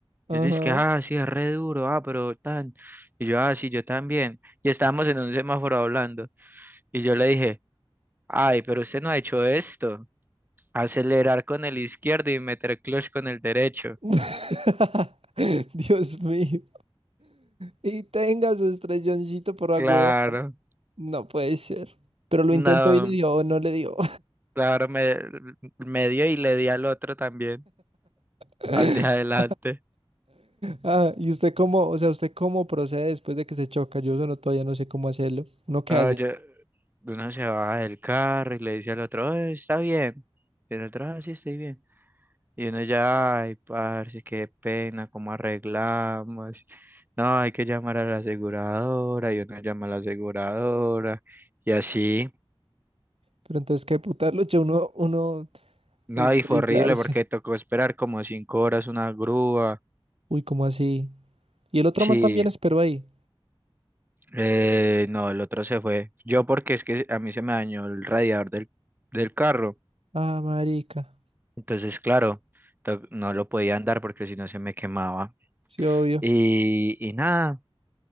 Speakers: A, on the right; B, on the right.
A: Ajá.
B: Él dice que, ah, sí, es re duro, ah, pero tan. Y yo, ah, sí, yo también. Y estábamos en un semáforo hablando. Y yo le dije, ay, pero usted no ha hecho esto. Acelerar con el izquierdo y meter clutch con el derecho.
A: <laughs> Dios mío. Y tenga su estrelloncito por agua
B: Claro,
A: No puede ser. Pero lo
B: no,
A: intentó y le dio o no le dio.
B: claro, me, me dio y le di al otro también,
A: <laughs>
B: al de adelante.
A: Ah, ¿y usted cómo, o sea, usted cómo procede después de que se choca? Yo solo todavía no sé cómo hacerlo. ¿Uno qué
B: No,
A: hace?
B: yo, uno se baja del carro y le dice al otro, "Eh, está bien. Y el otro, ah, sí, estoy bien. Y uno ya, ay, parce, qué pena, cómo arreglamos. No, hay que llamar a la aseguradora, y uno llama a la aseguradora, y así.
A: Pero entonces, ¿qué putarlo? Yo uno, uno
B: No,
A: estrellarse.
B: y fue horrible porque tocó esperar como cinco horas una grúa.
A: Uy, ¿cómo así? Y el otro
B: Sí,
A: man también esperó ahí.
B: eh, no, el otro se fue. Yo porque es que a mí se me dañó el radiador del, del carro.
A: Ah, marica.
B: Entonces, claro, to- no lo podía andar porque si no se me quemaba.
A: Sí, obvio.
B: Y, y nada,